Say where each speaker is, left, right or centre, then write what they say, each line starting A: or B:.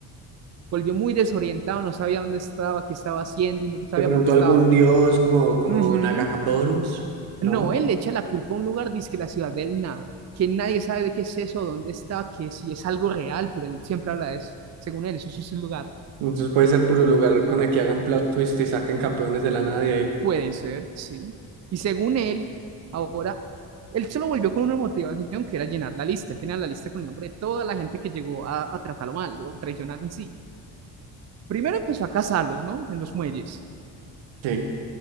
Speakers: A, on the right; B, on the right.
A: Volvió muy desorientado, no sabía dónde estaba, qué estaba haciendo y no sabía
B: De pronto
A: por qué estaba.
B: algún dios como, como
A: Ujú.
B: Nagaboros, ¿no?
A: No, él le echa la culpa a un lugar, dice que la ciudad del nada, que nadie sabe de qué es eso, dónde está, que si es algo real, pero él siempre habla de eso. Según él, eso sí es un lugar.
B: Entonces puede ser puro lugar con el que hagan plot twist y saquen campeones de la nada de ahí.
A: Puede ser, sí. Y según él, ahora, él se lo volvió con una motivación que era llenar la lista. Él tenía la lista con el nombre de toda la gente que llegó a, a tratarlo mal, o traicionarlo en sí. Primero empezó a cazarlos, ¿no? En los muelles.
B: Sí.